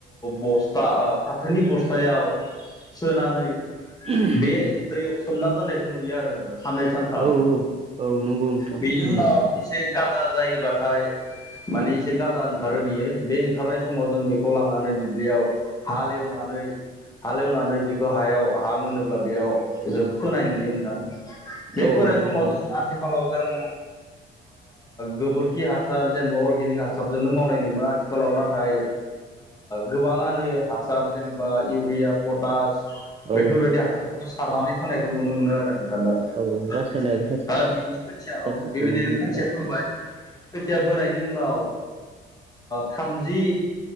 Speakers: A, on the left; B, on the right.
A: बस्था फाथोनि बस्थायाव सोनानै
B: औ
A: बे दैयाव सोमना दोननायखौ नुयो आरो दा। साननै सानथाम
B: औ औ नंगौ नोंथां
A: बेनि उनाव
B: नंगौ
A: एसे गाजा जायोबाथाय माने एसे गाजा ओंखारो बियो बे ओंखारनाय समाव जों बेखौ लांनानै दुब्लियाव हालेवना नै हालेवनानै बेखौ हायाव हा मोनोब्ला बेयाव जों फोनाय नुयो नोंथां बे
B: औ
A: फोनाय
B: औ
A: समाव
B: नंगौ नोंथां
A: जों आथिखालाव मोजां गोबोरखि हासार जेनेबा अर्गेनिक हासारजोंनो मावनाय नुयो। आथिखालाव नाथाय गोबाङानो हासार जेनेबा इउरिया पटास
B: औ
A: बेफोरबायदि हासारफोरखौ सारनानै होनोनायखौ नुनो मोनो आरो नोंथां दानि जुगाव।
B: औ रासायनारि
A: दा बिबायदि खोथिया
B: हासारफोरखौ
A: औ बेबायदिनो
B: नंगौ नोंथां
A: खोथिया फोबाय खोथिया फोनायनि उनाव थामजि